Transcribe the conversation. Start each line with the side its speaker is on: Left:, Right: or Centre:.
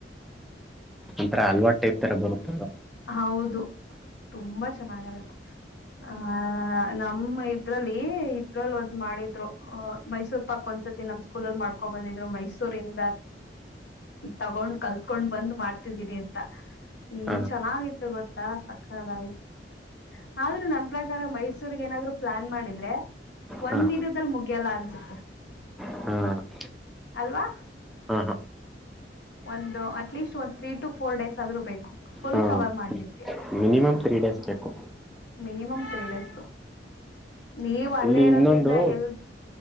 Centre: ಒಂತರ ಹಲ್ವಾ ಟೈಪ್ ತರ ಬರುದು <unintelligible>
Left: ಹೌದು ತುಂಬಾ ಚೆನ್ನಾಗಿರುತ್ತೆ. ಆ ನಮ್ಮ ಇದ್ರಲ್ಲಿ ಇದ್ರಲ್ಲಿ ಒಂದ್ ಮಾಡಿದ್ರು ಮೈಸೂರ್ ಪಾಕ್ ಒಂದ್ಸತಿ ನಮ್ ಸ್ಕೂಲಲ್ ಮಾಡ್ಕೊ ಬಂದಿದ್ರು ಮೈಸೂರಿಂದ ತಗೊಂಡ್ ಕಲ್ತ್ಕೊಂಡ್ ಬಂದ್ ಮಾಡ್ತಿದ್ದೀನಿ ಅಂತನ್ ಎನ್
Centre: ಹ
Left: ಚನಾಗಿತ್ ಚೆನ್ನಾಗಿತ್ತು ಗೊತ್ತಾ ಸಖತಾಗಿತ್ತು ಅದ್ರು ನನ್ ಪ್ರಕಾರ ಮೈಸೂರ್ ಏನಾದ್ರು ಪ್ಲಾನ್ ಮಾಡಿದ್ರೆ ಒಂದ
Centre: ಹ
Left: ದಿನದಲ್ಲಿ ಮುಗಿಯಲ್ಲ ಅನ್ಸುತ್ತೆ,
Centre: ಹ
Left: ಅಲ್ವಾ,
Centre: ಹ ಹ
Left: ಒಂದು ಅಟ್ಲೀಸ್ಟ್ ಒಂದು ಥ್ರೀ ಟು ಫೋರ್ ಡೇಸ್ ಆದ್ರೂ ಬೇಕು. ಫುಲ್
Centre: ಹ
Left: ಕವರ್ ಮಾಡಲಿಕ್ಕೆ.
Centre: ಮಿನಿಮಮ್ ತ್ರೀ ಡೇಸ್ ಬೇಕು.
Left: ಮಿನಿಮಮ್ ತ್ರೀ ಡೇಸ್ ನೀವ್ ಅಲ್ಲೇ
Centre: ಇಲ್ಲಿ
Left: ಇರೋದ್ರಿಂದ
Centre: ಇನ್ನೊಂದು
Left: ಎಲ್